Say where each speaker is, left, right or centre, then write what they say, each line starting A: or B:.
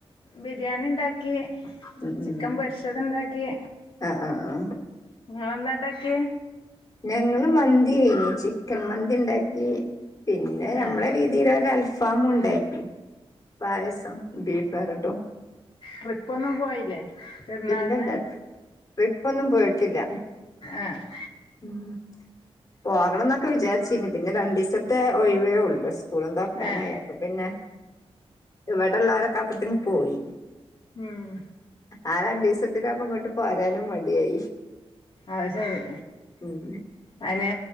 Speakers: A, on the left (about 55°); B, on the left (about 35°).
A: ബിരിയാണി ഇണ്ടാക്കി.
B: ഉം
A: ചിക്കൻ
B: ഉം
A: പൊരിച്ചത് ഇണ്ടാക്കി
B: ആ ആ ആ
A: നിങ്ങളെന്താണ്ടാക്കി.
B: ഞങ്ങള് മന്തിയെനി ചിക്കൻ മന്തി ഇണ്ടാക്കി പിന്നെ നമ്മളെ
A: ആഹ്
B: രീ തീര ഒരു അൽഫാമും ഇണ്ടാക്കി പായസം ബീഫ് വരട്ടും
A: ട്രിപ്പ് ഒന്നും പോയില്ലേ. പെരുന്നാളിന്
B: ഇല്ലല്ല ട്രിപ്പ് ഒന്നും പോയിട്ടില്ല.
A: ആഹ്
B: ഉം പോകണം എന്നൊക്കെ വിചാരിച്ചിന് പിന്നെ രണ്ടീസത്തെ ഒഴിവേ ഉള്ളൂ. സ്കൂളും തൊർക്കാനായി
A: ആഹ്
B: അപ്പൊ പിന്നെ ഇവിടെള്ളരൊക്കെ അപ്പത്തിന് പോയി
A: ഉം
B: ആ രണ്ടു ദിവസത്തിന് അപ്പ ഇങ്ങട്ട് പോരാനും മടിയായി.
A: അഹ്ശരി
B: ഉം
A: അയ്നെ